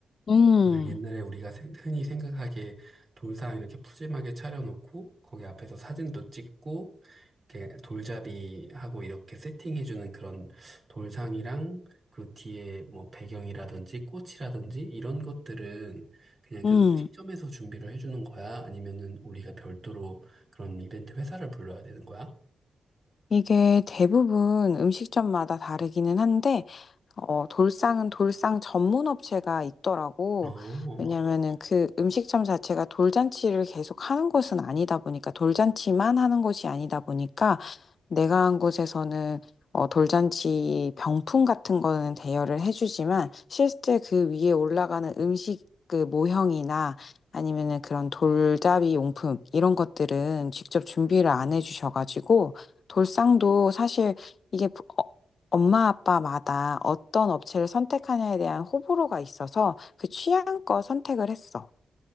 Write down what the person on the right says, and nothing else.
네, 옛날에 우리가 세- 흔히 생각하기에 돌상 이렇게 푸짐하게 차려놓고 거기 앞에서 사진도 찍고 이렇게 돌잡이하고 이렇게 세팅해주는 그런 돌상이랑 그 뒤에 뭐 배경이라든지 꽃이라든지 이런 것들은 그냥 그
음식점에서 준비를 해주는 거야? 아니면은 우리가 별도로 그런 이벤트 회사를 불러야 되는 거야?
어,